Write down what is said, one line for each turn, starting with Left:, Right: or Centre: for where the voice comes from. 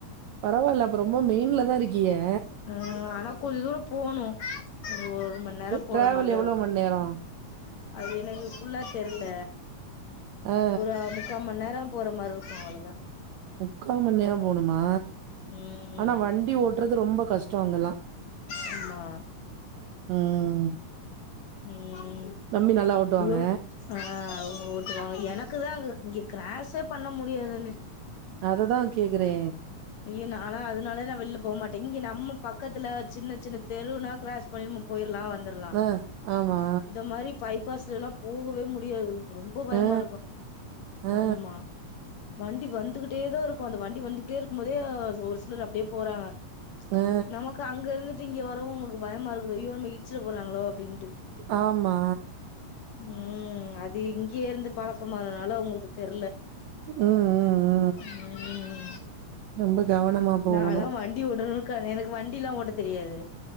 Right: பரவால்ல அப்ப ரொம்ப மெயின்ல தா இருக்கீக
Left: ஆ ஆனா கொஞ்ச தூரோ போணு ஒரு ஒரு மண் நேரோ போற
Right: டிராவல்
Left: மாரிதா
Right: எவ்ளோ
Left: இருக்கு
Right: மண் நேரோ
Left: அது எனக்கு ஃபுல்லா தெர்ல
Right: ஆ
Left: ஒரு முக்காம் மண் நேரோம் போற்ற மார் இருக்கு <unintelligible>
Right: முக்காமண் நேரோ போணுமா
Left: ம்
Right: ஆனா வண்டி ஓட்டுறது ரொம்ப கஷ்டோ அங்கெல்லா
Left: ஆமா
Right: ம்
Left: ம்
Right: நம்பி நல்லா ஓட்டுவாங்க
Left: யோ ஆஹ் அவங்க விட்டுவாங்க எனக்கு தான் அங்க இங்க கிராஷ்ஷே பண்ண முடியாதுன்னு
Right: அததா கேக்குறே
Left: ய்ய நாலா அதனால நா வெள்ல போ மாட்டே இங்க நம்ம பக்கத்துல சின்ன சின்ன தெருவுனா க்ளாஸ் பயமா போயிற்லா வந்தற்லா
Right: ஆ ஆமா
Left: இந்த மாரி பைப்பாஸ்ல்லா போகவே முடியாது ரொம்ப பயமா
Right: ஆ
Left: இருக்கு
Right: ஆ
Left: ஆமா வண்டி வந்துகிட்டே தா இருக்கு அந்த வண்டி வந்துகிட்டே இருக்கும் போதே ஒரு சிலர் அப்டியே போறாங்க
Right: ஆ
Left: நமக்கு அங் அங்க இருந்துட்டு இங்க வரவு நமக்கு பயமா இருக்குது ஐயோ நம் இட்ச்சர போறங்களோ அப்டின்ட்டு
Right: ஆமா
Left: ம் அது இங்கேயே இருந்து பழக்கமானனால உங்களுக்கு தெர்ல
Right: ம் ம் ம்
Left: ம்
Right: ரொம்ப கவனமா போகணு
Left: நால்லா வண்டி ஓட்டர்க்கு அது எனக்கு வண்டி எல்லா ஓட்ட தெரியாது